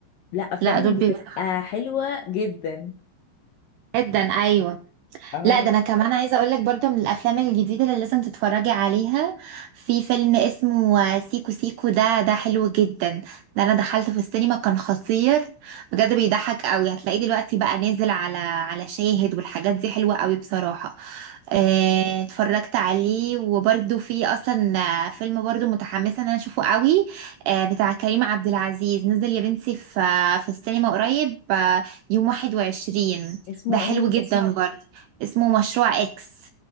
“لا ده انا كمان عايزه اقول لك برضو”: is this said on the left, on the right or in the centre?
Right